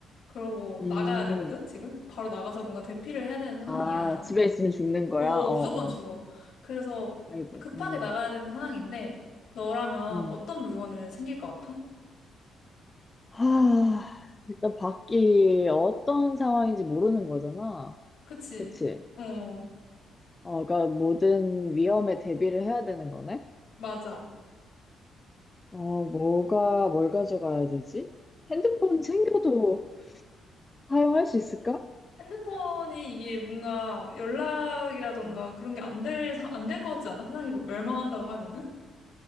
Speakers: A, on the left; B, on the left.
A: 그러고
B: 음,
A: 나가야 되거든, 지금? 바로 나가서 뭔가 대피를 해야 되는 상황이야.
B: 아, 집에 있으면 죽는 거야?
A: 어,
B: 어,
A: 무조건
B: 어,
A: 죽어. 그래서
B: 아이고,
A: 급하게
B: 음,
A: 나가야 되는 상황인데, 너라면
B: 음.
A: 어떤 물건을 챙길 것 같아?
B: 하, 일단 밖이 어떤 상황인지 모르는 거잖아.
A: 그치?
B: 그치?
A: 어,
B: 어, 그러니까 모든 위험에 대비를 해야 되는 거네?
A: 맞아.
B: 어, 뭐가, 뭘 가져가야 되지? 핸드폰 챙겨도 사용할 수 있을까?
A: 핸드폰이 이게 뭔가 연락이라던가
B: 음.
A: 그런 게 안 될, 안 될 것 같지 않아? 세상이 막 멸망한다고 하면은?